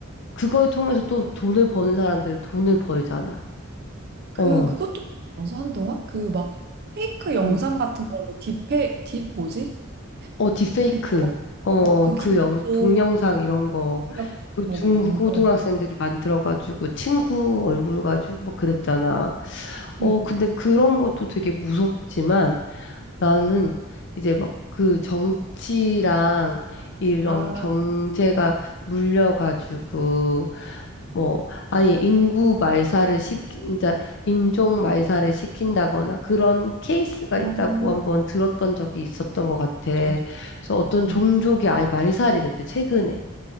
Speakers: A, on the left (about 55°); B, on the right (about 50°).
A: 그걸 통해서 또 돈을 버는 사람들은 돈을 벌잖아.
B: 그
A: 어,
B: 그것도 있어서 한동안 그 막 페이크 영상
A: 음.
B: 같은 걸로 딥페 딥 뭐지?
A: 어, 딥페이크.
B: 그거
A: 어,
B: 어그
A: 그
B: 기술로
A: 영, 동영상 이런 거.
B: 우리가
A: 그
B: 뭐
A: 중고등학생들이
B: 만들어.
A: 만들어가지고 친구 얼굴 가지고 막 그랬잖아.
B: 그러니까.
A: 어, 근데 그런 것도 되게 무섭지만, 나는
B: 음.
A: 이제 막 그 정치랑 이런
B: 아,
A: 경제가 물려가지고 뭐 아예 인구 말살을 시키, 이제 인종 말살을 시킨다거나 그런 케이스가
B: 아
A: 있다고 한번 들었던 적이 있었던 것 같아. 그래서
B: 진짜.
A: 어떤
B: 음.
A: 종족이 아예 말살이 됐대, 최근에.